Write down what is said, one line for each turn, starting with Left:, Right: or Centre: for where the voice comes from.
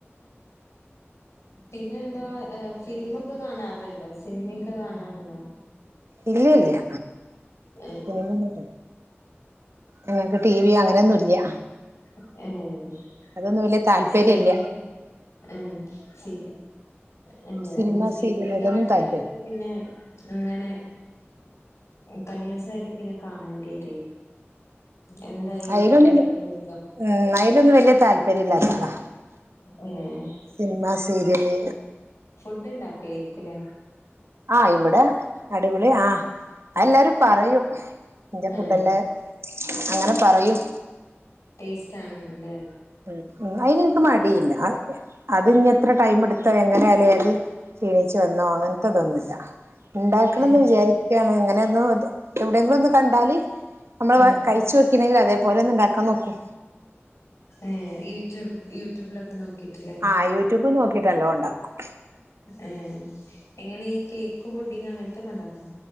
Left: പിന്നെന്താ ഫിലിമൊക്കെ കാണാറുണ്ടോ സിനിമയൊക്കെ കാണാറുണ്ടോ.
Right: ഇല്ല ഇല്ല്യ
Left: ഏഹ്
Right: അങ്ങനെയൊന്നും ഞങ്ങക്ക് ടി വി അങ്ങനെന്നും ഇല്യ
Left: ഏഹ്
Right: അതൊന്നും വലിയ താല്പര്യല്ല്യ
Left: സീരിയലോ? ഏഹ് സീരി ഏഹ്
Right: സിനിമ
Left: നമ്മള് സീരിയലൊക്കെ
Right: സീരിയൽ അതൊന്നും
Left: കണ്ടാണെങ്കി
Right: താല്പര്യം
Left: പിന്നെ അങ്ങനെ കണ്ടിന്യൂസായിട്ട് പിന്നെ കാണേണ്ട്യെരൂ എന്തായി
Right: അയിലൊന്നും
Left: എന്തായി ഇങ്ങനെ
Right: ഉം അയിലൊന്നും വലിയ താല്പര്യം ഇല്ലാത്താളാ
Left: ഏഹ്
Right: സിനിമാ സീരിയല്
Left: ഫുഡ് ഇണ്ടാക്കേര്ക്കുലേ
Right: ആഹ് ഇവിടെ അടിപൊളി ആഹ് അതെല്ലാരും പറയും ഇന്റെ
Left: ഏഹ്
Right: ഫുഡെല്ലാ അങ്ങനെ പറയും
Left: ടേസ്റ്റ് ആണെന്നു ല്ലേ
Right: ഉം ഉം അയിനിൻക്ക് മടിയില്ല അത് ഇനി എത്ര ടൈമ് ഇട് ത്തോ എങ്ങനെയാലും ഏത് ക്ഷീണിച്ച വന്നോ അങ്ങനത്തെതൊന്നുല്ല ഇണ്ടാക്കണംന്ന്
Left: ഏഹ്
Right: വിചാരി ക്കാണ് ഇങ്ങനെ ഒന്നു തു എവിടെയെങ്കിലും ഒന്ന് കണ്ടാല് നമ്മള്
Left: ആഹ്
Right: കഴി ച്ചോക്കിണെിൽ അതേപലെ ഒന്ന്ണ്ടാക്കാൻ നോക്കും
Left: ഏഹ് യൂട്യൂബ് യൂട്യൂബിലൊക്കെ നോക്കിയിട്ട് ല്ലേ
Right: ആഹ് യൂട്യൂബ് നോക്കിട്ട് അല്ലോണ്ടാക്കും
Left: ഏഹ് എങ്ങനെ ഈ കേക്ക് പുഡിങ് അങ്ങനത്തൊക്കെ ഇണ്ടാക്കോ